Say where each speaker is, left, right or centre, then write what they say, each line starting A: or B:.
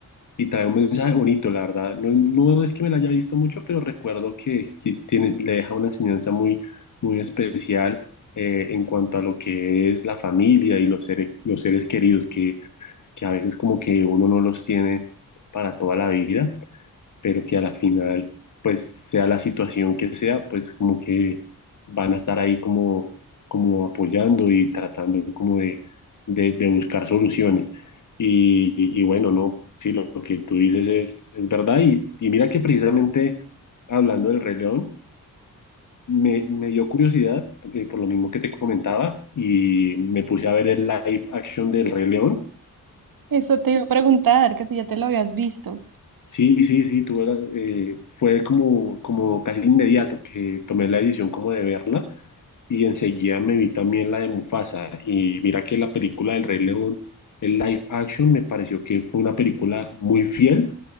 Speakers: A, on the left; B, on the right.
A: Y trae un mensaje bonito, la verdad. No, no es que me la haya visto mucho, pero recuerdo que, que tiene, le deja una enseñanza muy, muy especial eh, en cuanto a lo que es la familia y los seres, los seres queridos que, que a veces como que uno no los tiene para toda la vida pero que a la final, pues sea la situación que sea, pues como que van a estar ahí como, como apoyando y tratando como de, de, de buscar soluciones. Y, y- y bueno, no, sí, lo que tú dices es, es verdad. Y, y mira que precisamente hablando del Rey León, me, me dio curiosidad, eh, por lo mismo que te comentaba, y me puse a ver el live action del Rey León.
B: Eso te iba a preguntar, que si ya te lo habías visto.
A: Sí, sí, sí, tuve la- eh, fue como, como casi inmediato que tomé la decisión como de verla y enseguida me vi también la de Mufasa y mira que la película del Rey León, el live action, me pareció que fue una película muy fiel